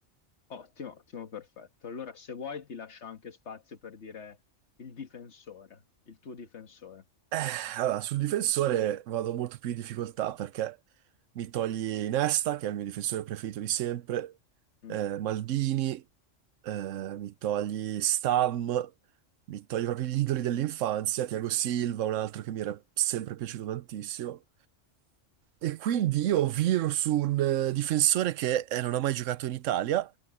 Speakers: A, on the left; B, on the right.
A: Ottimo, ottimo, perfetto. Allora, se vuoi, ti lascio anche spazio per dire il difensore, il tuo difensore.
B: Eh, allora, sul difensore vado molto più in difficoltà perché mi togli Nesta, che è il mio difensore preferito di sempre,
A: Mm.
B: eh, Maldini, eh, mi togli Stam, mi togli proprio gli idoli dell'infanzia, Thiago Silva, un altro che mi era sempre piaciuto tantissimo. E quindi io viro su un eh, difensore che eh, non ha mai giocato in Italia,